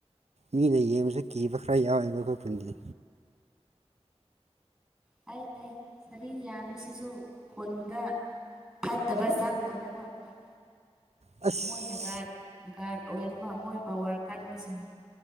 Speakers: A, on the right; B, in the centre.
A: ꯃꯤꯅ ꯌꯦꯡꯕꯁꯨ ꯀꯤꯕ ꯈꯔ ꯌꯥꯎꯋꯦꯕ ꯑꯩꯈꯣꯏ ꯈꯨꯟꯗꯤ
B: ꯐꯩ ꯐꯩ ꯁꯥꯔꯤ ꯌꯥꯝꯕꯁꯤꯁꯨ ꯈꯨꯟꯗ ꯐꯠꯇꯕ ꯆꯪꯗꯅꯕ ꯐꯩ
A: ꯑꯁ
B: ꯃꯣꯏꯅ ꯒꯥꯠ ꯒꯥ꯭ꯔꯗ ꯑꯣꯏꯅꯕ ꯃꯣꯏ ꯄꯋꯥꯔ ꯀꯟꯕꯁꯤꯡꯗꯣ